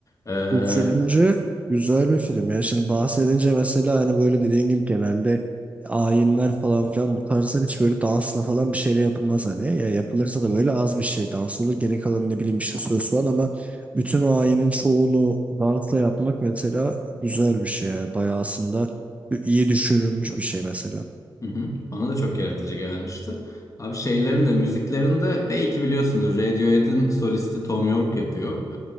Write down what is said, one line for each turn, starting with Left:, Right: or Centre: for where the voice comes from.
Left: Ee,
Right: Düşününce güzel bir film. Yani şimdi bahsedince mesela hani böyle dediğin gibi genelde ayinler falan filan bu tarzlar hiç böyle dansla falan bir şeyle yapılmaz hani. Ya yapılırsa da böyle az bir şey dans olur. Geri kalan ne bileyim işte söz falan ama bütün o ayinin çoğunu dansla yapmak mesela güzel bir şey yani. Bayağı aslında iyi düşünülmüş bir şey mesela.
Left: Hı hı. Bana da çok yaratıcı gelmişti. Abi şeylerin de müziklerin de belki biliyorsunuz Radiohead'in solisti Thom Yorke yapıyor.